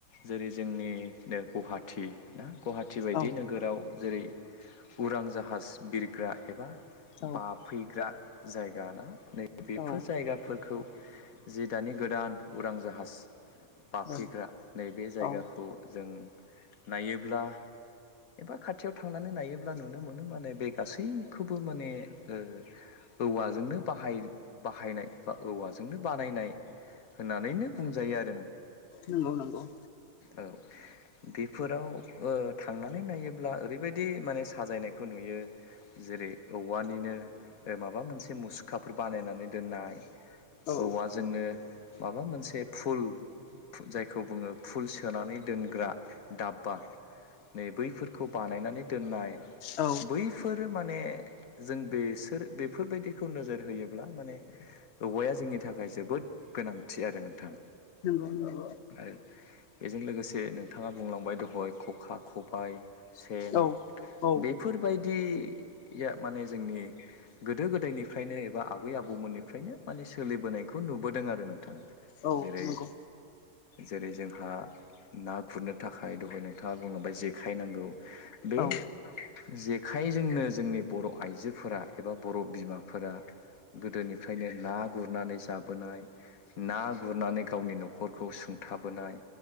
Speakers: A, on the left; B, on the left.
A: जेरै जोंनिनो गुवाहाटि ना गुवाहाटि‌ बायदि
B: औ
A: नोगोराव जेरै उरां जाहाज बिरग्रा एबा
B: औ
A: बाफैग्रा जायगाना नै बेफोर
B: औ
A: जायगाफोरखौ जि दानि गोदान उरां जाहास बाफैग्रा
B: औ
A: नैबे जायगाखौ
B: औ
A: जों नायोब्ला एबा खाथियाव थांनानै नायोब्ला नुनो मोनो माने बे गासैखौबो माने ओ औवाजोंनो बाहाय बाहायनाय एबा औवाजों जोंनो बानायनाय होननानैनो बुंजायो आर
B: नंगौ नंगौ।
A: औ बेफोराव ओ थांनानै नायोब्ला ओरैबायदि दि माने साजायनायखौ नुयो जेरै औवानिनो माबा मोनसे मुसुखाफोर बानायनानै दोननाय
B: औ
A: औवाजोंनो माबा मोनसे फुल जायखौ बुङो फुल सोनानै दोनग्रा दाब्बा नै बैफोरखौ बानायनानै दोननाय
B: औ
A: बैफोर माने जों बेसोर बेफोरबायदिखौ नोजोर होयोब्ला माने औवाया जोंनि थाखाय जोबोद गोनांथि आरो नोंथां।
B: नोंगौ नोंगौ।
A: आरो बेजों लोगोसे नोंथाङा बुंलांबाय दहाय खखा खबाय सेन
B: औ औ
A: बेफोरबायदिया माने जोंनि गोदो गोदायनिफ्रायनो एबा आबै आबौमोननिफ्रायनो माने सोलिबोनायखौ नुबोदों आरो नोंथां।
B: औ
A: जेरै
B: नंगौ।
A: जेरै जोंहा ना गुरनो थाखाय दहाय नोंथाङा बुङोब्ला जेखाइ नांगौ बे
B: औ
A: जेख खाय जोंनो जोंनि बर आइजोफोरा एबा बर बिमाफोरा गोदोनिफ्रायनो ना गुरनानै जाबोनाय ना गुरनानै गावनि नखर खरखौ सुंथाबोनाय